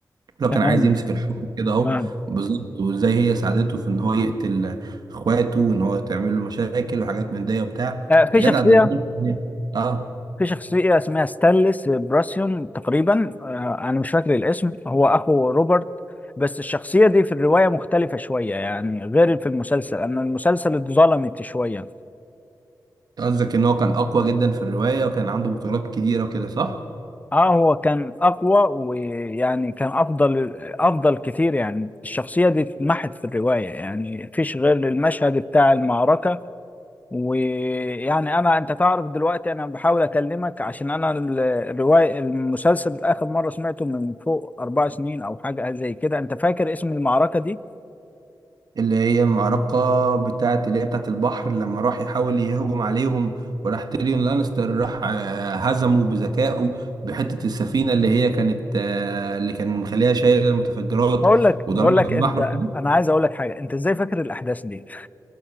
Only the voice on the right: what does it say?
لو كان
عايز يمسك الحكم كده اهو
بالظبط وازاي هي ساعدته في ان هو يقتل اخواته وان هو تعمل له مشاكل وحاجات من دي وبتاع
يا
جدع ده دمار. اه
قصدك ان هو كان اقوى جدا في الرواية وكان عنده بطولات كتيرة وكده صح؟
اللي هي معركة بتاعت اللي هي بتاعت البحر لما راح يحاول يهجم عليهم وراح تيريون لانستر راح آه، هزمه بذكائه بحتة السفينة اللي هي كانت آه، اللي كان مخليها شايلة المتفجرات
وضربها
في
البحر وكده